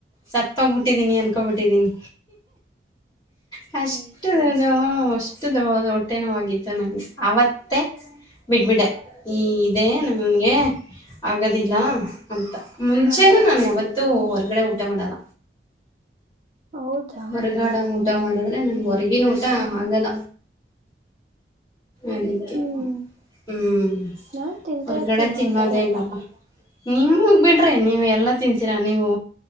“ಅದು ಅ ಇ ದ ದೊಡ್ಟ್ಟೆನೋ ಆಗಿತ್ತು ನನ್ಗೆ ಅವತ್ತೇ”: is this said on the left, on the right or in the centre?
Left